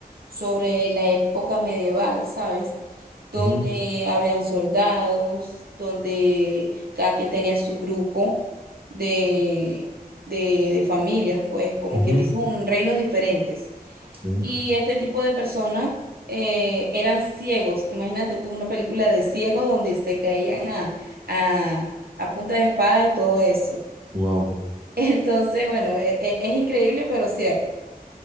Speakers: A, on the right; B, on the right.
A: sobre la época medieval, ¿sabes? Donde
B: Ujú,
A: habían soldados, donde cada quien tenía su grupo de, de, de familias, pues, como
B: ujú,
A: quien dice, un reinos diferentes.
B: Sí.
A: Y este tipo de personas eh, eran ciegos. Imagínate tú una película de ciegos donde se caían a, a, a punta de espada y todo eso.
B: Wow.
A: <laughs> Entonces, bueno, e- e- es increíble, pero cierto.